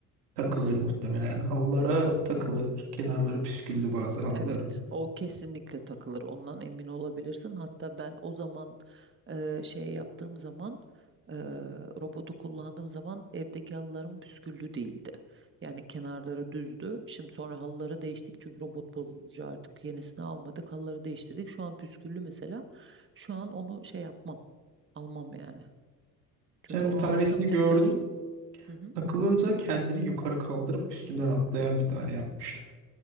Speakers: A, on the right; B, on the right.
A: Takılır
B: hmm.
A: muhtemelen. Halılara takılır. Kenarları püsküllü bazı halıların.
B: Evet, o kesinlikle takılır. Ondan emin olabilirsin. Hatta ben o zaman e, şey yaptığım zaman e, robotu kullandığım zaman evdeki halılarım püsküllü değildi. Yani kenarları düzdü. Şimdi sonra halıları değiştik çünkü robot bozulunca artık yenisini almadık. Halıları değiştirdik. Şu an püsküllü mesela. Şu an onu şey yapmam, almam yani. Çünkü
A: Geçen
B: onu
A: bir tanesini
B: alırsam tekrar.
A: gördüm.
B: Hı hı.
A: Takılınca kendini yukarı kaldırıp üstünden atlayan bir tane yapmışlar.